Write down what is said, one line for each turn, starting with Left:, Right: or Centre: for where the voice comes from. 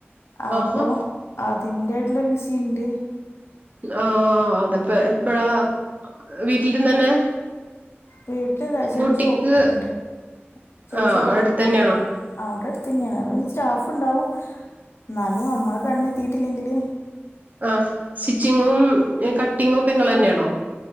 Left: അപ്പൊ
Right: ആഹാ
Left: അതിന്റെ ആയിട്ടുള്ളൊരു ബിസി ഉണ്ട്
Right: ആഹ് അത്പ്പ എപ്പഴാ വീട്ടിലിരുന്ന് തന്നെ
Left: വീട്ടിലല്ല ചെറിയ
Right: ബോട്ടിക്ക്
Left: ഷോപ്പ് ഇട്ടിട്ടുണ്ട് ചെറിയ
Right: ആഹ്
Left: ഷോപ്പായിട്ട്
Right: അടുത്തന്നെയാണോ
Left: അങ്ങനെ ആഹ് അവടെ അടുതന്നെയാണ് അത് സ്റ്റാഫ് ഇണ്ടാവും ഇന്നാലും നമ്മള് കണ്ണ് എത്തിട്ടില്ലെങ്കില്
Right: ആഹ് സ്റ്റിച്ചിങ്ങും കട്ടിങ്ങും ഒക്കെ ഇങ്ങളെന്നെയാണോ